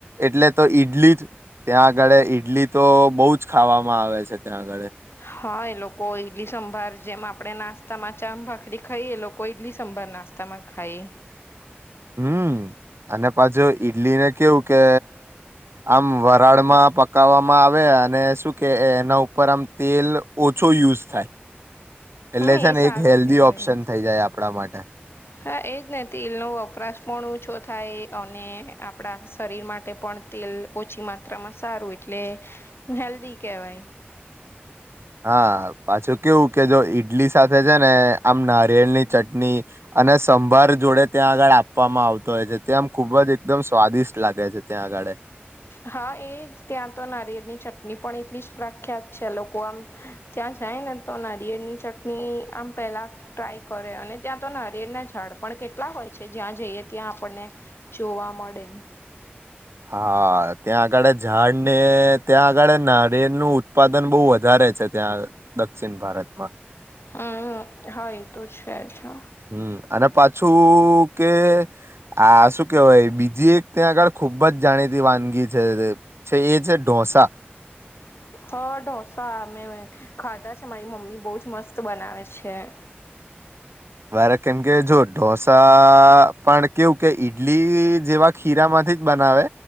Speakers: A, on the right (about 80°); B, on the left (about 70°).
A: એટલે, તો ઈડલી જ ત્યાં આંગળે ઈડલી, તો બઉ જ ખાવામાં આવે છે. ત્યાં, અગાળે
B: હા, એ લોકો ઈડલી સંભાર, જેમ આપડે નાસ્તામા ચા ભાખરી ખાઈએ, એ લોકો ઈડલી સંભાર નાસ્તામાં ખાય.
A: હમ, અને પાછુ ઈડલીને કેવું કે આમ વરાળમા પકાવવામા આવે, અને શું કે એના ઉપર આમ, તેલ ઓછું યુઝ, થાય એટલે
B: હમ
A: છેને,
B: એ સારું
A: એક હેલ્ધી
B: કેહેવાય
A: ઓપ્શન થઈ, જાય આપણા માટે
B: હા, એજ ને તેલ નો વપરાશ પણ ઓછો, થાય અને આપણા શરીર, માટે પણ તેલ ઓછી માત્રામાં સારું એટલે હેલ્ધી કેવાય
A: હા, પાછું કેવું કે જો ઈડલી સાથે છેને, આમ નારિયેલની ચટણી, અને સમ ભાર જોડે ત્યાં આગળ આપવામાં આવતો હોય છે, તે આમ ખુબજ એકદમ સ્વાદિષ્ટ લાગે છે, ત્યાં અગાડે
B: હા, એજ ત્યાં તો નારિયેળની ચટણી પણ એટલી જ પ્રખ્યાત છે, લોકો આમ ત્યાં જાય, ને તો નારિયેળની ચટણી આમ પેલા ટ્રાય કરે, અને ત્યાં તો નારિયેળના ઝાડ પણ કેટલા હોય છે, જ્યાં જઈએ, ત્યાં આપણને જોવા મળે
A: હા, ત્યાં અગાડે ઝાડને, ત્યાં અગાડે નાળિયેરનું ઉત્પા દન, બહુ વધારે છે, ત્યાં દક્ષિણ ભારતમાં
B: હમ હા એ તો, છે જ હા
A: હમ અને પાછું, કે આ શુ કેવાય બીજી, એક ત્યાં આગળ ખૂબજ જાણીતી વાનગી છે, છૈયેછે, ઢોસા
B: <inaudible> હા, ઢોસા મેમે ખાધા છે, મારી મમ્મી બવજ મસ્ત બનાવે છે. <inaudible>
A: વારે કેમ કે જો ઢોસા, પણ કેવું કે ઈડલી જેવા ખીરામાંથી થીજ, બનાવે